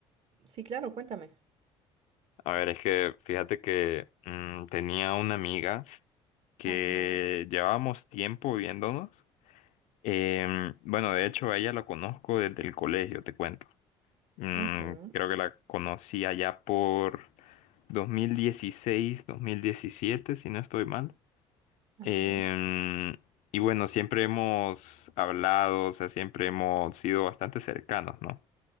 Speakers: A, on the right; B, on the left.
A: Sí, claro, cuéntame.
B: A ver, es que fíjate que mm, tenía una amiga que
A: Ajá,
B: llevábamos tiempo viéndonos. Em, bueno, de hecho a ella la conozco desde el colegio, te cuento. Mm,
A: ujú,
B: creo que la conocí allá por dos dos mil dieciséis, dos mil diecisiete, si no estoy mal.
A: ajá,
B: Em, y bueno, siempre hemos hablado, o sea, siempre hemos sido bastante cercanos, ¿no?